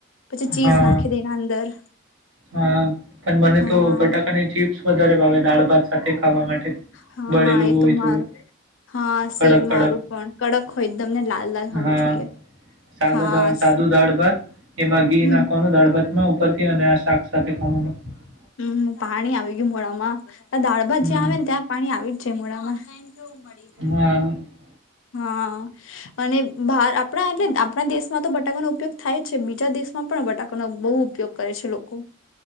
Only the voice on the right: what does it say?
હા
હા, પણ મને
તો બટાકાની ચિપ્સ વ વધારે ભાવે, દાળ ભાત સાથે ખાવા માટ
બળેલું
હોય
થોડું,
કડક કડક,
હા, બળેલું હોય થોડું, કડક કડક,
હા,
સાદા-ધ
સાદું દાળ ભાત એમાં ઘી
નાખવાનું દાળ ભાતમાં ઉપરથી અને આ <unintelligible>
હમ
હા